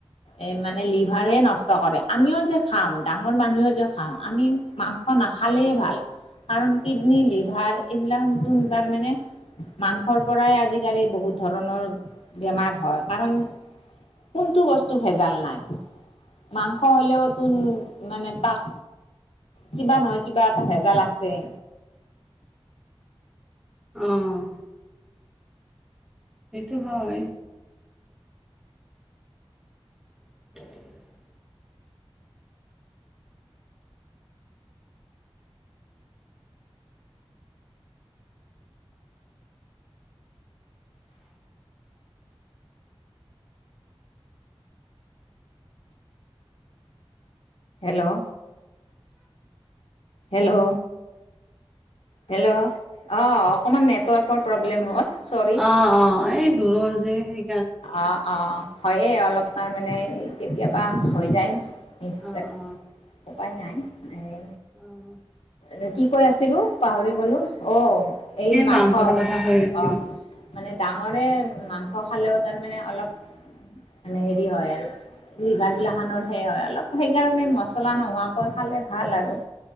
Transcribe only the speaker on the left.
এই মানে লিভাৰেই নষ্ট কৰে, আমিও যে খাওঁ ডাঙৰ মানুহে যে খাওঁ, আমি মাংস নাখালেই ভাল কাৰণ, কিডনী লিভাৰ এইবিলাকখান তাৰমানে মাংসৰ পৰাই আজিকালি বহুত ধৰণৰ বেমাৰ হয়, কাৰণ কোনটো বস্তু ভেজাল নাই। মাংস হ'লেও তোন মানে তাক কিবা নহয় কিবা এটা ভেজাল আছেই।
হেল্ল', হেল্ল' হেল্ল', অ', অকমান নেটৱৰ্কৰ প্ৰব্লেম হ'ল চৰি
অ, অ, হয়েই অলপ তাৰমানে, কেতিয়াবা হৈ যায়। মিষ্টেক,
উপায় নাই, এই
এ কি কৈ আছিলোঁ, পাহৰি গলো, অ', এই মাংস,
অ' মানে ডাঙৰে মাংস খালে তাৰ মানে অলপ, মানে হেৰি হয় আৰু লিভাৰবিলাখনৰ সেই হয় অলপ, সেইকাৰণে মছলা নোহোৱাকৈ খালে ভাল আৰু।